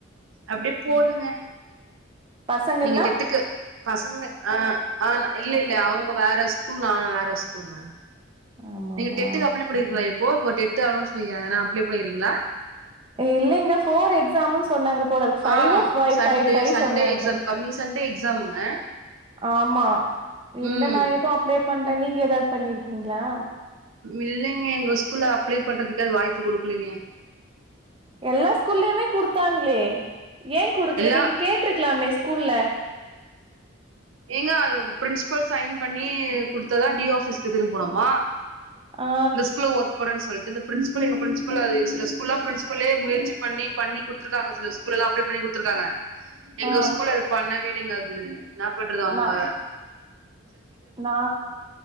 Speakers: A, on the right; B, on the right.
A: அப்டியே போதுங்க
B: பசங்க
A: நீங்க
B: எல்லா
A: டெட்டுக்கு பசங்க ஆ ஆ இல்ல இல்ல அவுங்க வேற ஸ்கூல் நா வேற ஸ்கூல்ங்க
B: ஆமாவா
A: நீங்க டெட்டுக்கு அப்ளை பண்ணிருக்கீங்ளா இப்போ டெட் அனௌன்ஸ் பண்ணியிருக்காங்க யாருன்னா அப்ளை பண்ணிருக்கீங்ளா
B: இல்லீங்க போர் எக்ஸாம்ன்னு சொன்னாங்க போல ஃபைவ்வோ
A: ஆ
B: ஃபைவ்
A: சண்டே
B: ஃபைவ்
A: சண்டே
B: சொன்னாங்க
A: எக்ஸாம் கம்மிங் சண்டே எக்ஸாமுங்க
B: ஆமா இல்ல
A: ம்
B: நா ஏதுவு அப்ளே பண்ணல நீங்க ஏதாவது பண்ணி இருக்கீங்ளா
A: இல்லேங்க எங்க ஸ்கூல்ல அப்ளே பண்றதுக்கா வாய்ப்பு குடுக்கலீங்க
B: எல்லா ஸ்கூல்லயுமே குடுத்தாங்ளே ஏ குடுக்கல
A: எல்லா
B: நீங்க கேட்ருக்கலாமே ஸ்கூல்ல
A: ஏங்க அது பிரின்ஸிபல் சைன் பண்ணி குடுத்ததா டி ஆஃபிஸ்கு எடுத்துட்டு போனுமா
B: ஆ
A: ஸ்கூல்ல ஒர்க் பண்ணேனு சொல்ட்டு இந்த ப்ரின்ஸ்பில் இந்த ப்ரின்ஸ் பில் அது சில ஸ்கூல்ல ப்ரின்ஸ்பெல்லே முயற்சி பண்ணி பண்ணி கு குடுத்துருக்காக சில ஸ்கூல்லா எல்லா அப்ளே பண்ணி குடுத்துருக்காங்க எங்க
B: ஆ
A: ஸ்கூல்ல அது பண்ணவே இல்லிங்க அது என்னா பண்றது அவுங்க
B: நா நா